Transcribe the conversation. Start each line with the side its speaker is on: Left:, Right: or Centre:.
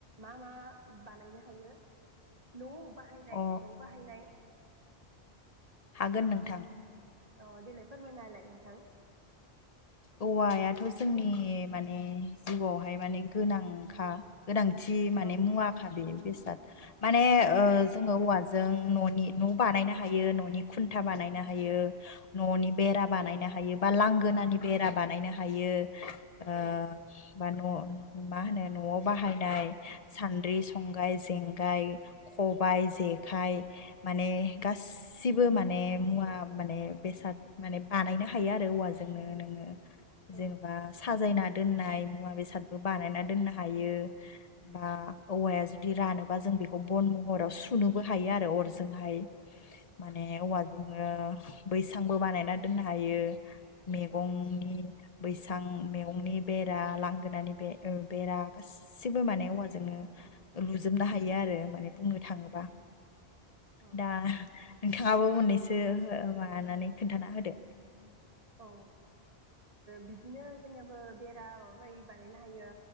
Right: मा मा बानायनो हायो न' बाहायनाय
Left: अ
Right: न' बाहायनाय
Left: हागोन नोंथां
Right: औ देलाय फोरमायना होलाय नोंथां
Left: औवायाथ' जोंनि माने जिउआवहाय माने गोनांखा गोनांथि माने
Right: औ
Left: मुवाखा बे बेसे दाद माने
Right: औ
Left: ओ जोङो औवा जों न' नि नबानायनो हायो न' नि खुन्था बानायनो हायो। न'नि
Right: औ
Left: बेरा बानायनो हायो। बा लांगोनानि बेरा बानायनो हायो। ओ
Right: औ
Left: बा न' मा होनो न'आव बाहायनाय सान्द्रि संग्राइ जेंगाय खबायाइ जेखाइ माने गासै बो माने मुवा माने बेसाद माने बानायनो हायो आरो। औवाजोंनो नोङो जेनेबा
Right: औ
Left: साजायना दोननाय मुवा बेसादबो बानायना दोननो हायो बा औवाया जुदि रानोबा जों बेखौ बन महराव सुनोबो हायो आरो अरजोंहाय। माने औवा जोङो बैसांबो बानायना दोननो हायो। मैगंनि
Right: औ
Left: बैसां मेगंनि बेरा लांगोनानि बे बेरा गासिबो माने औवाजोंनो लुजोबनो हायो आरो माने बुंनो थाङोबा
Right: औ
Left: दा नोंथाङाबो मोननैसो ओ मानानै खोन्थाना होदो।
Right: औ ओ बिदिनो जोंनियाबो बेरा माबा माबि बानायनो हायो